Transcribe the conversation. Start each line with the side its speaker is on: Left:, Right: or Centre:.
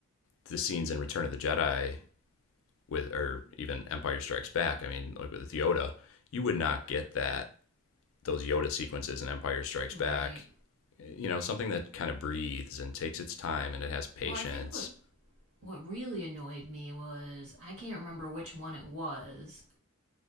Left: the scenes in Return of the Jedi with or even Empire Strikes Back. I mean, like with Yoda, you would not get that those Yoda sequences in Empire Strikes
Right: right.
Left: Back. You know, something that kind of breathes and takes its time and it has patience.
Right: Well, I think what what really annoyed me was I can't remember which one it was.